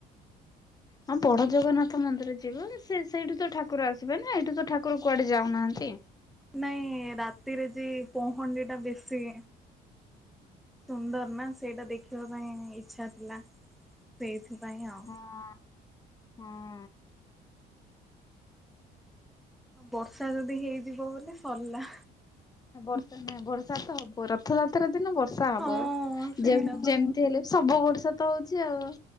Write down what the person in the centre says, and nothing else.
ନାହିଁ, ରାତିରେ ଯେ ପହଣ୍ଡି ଟା ବେଶୀ ସୁନ୍ଦର ନା ସେଇଟା! ଦେଖିବା ପାଇଁ ଇଚ୍ଛା ଥିଲା, ସେଇଥିପାଇଁ ଆଉ।
ବର୍ଷା ଯଦି ହେଇଯିବ ବଲେ ସରିଲା।
ହଁ ସେଇଟା
ପା।